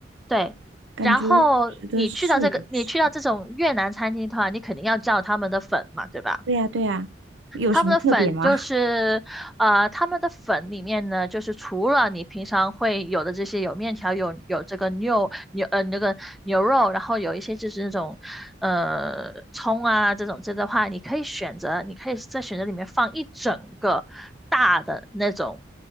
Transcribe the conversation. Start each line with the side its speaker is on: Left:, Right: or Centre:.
Centre: 对，
Right: 感觉值得试一试。
Centre: 然后你去到这个，你去到这种越南餐厅的话，你肯定要叫他们的粉嘛，对吧？
Right: 对呀，对呀，有什么特别吗？
Centre: 他们的粉就是，
Right: <laughs>
Centre: 呃，他们的粉里面呢，就是除了你平常会有的这些，有面条，有有这个牛牛呃那个牛肉，然后有一些就是那种呃葱啊这种这的话，你可以选择，你可以在选择里面放一整个大的那种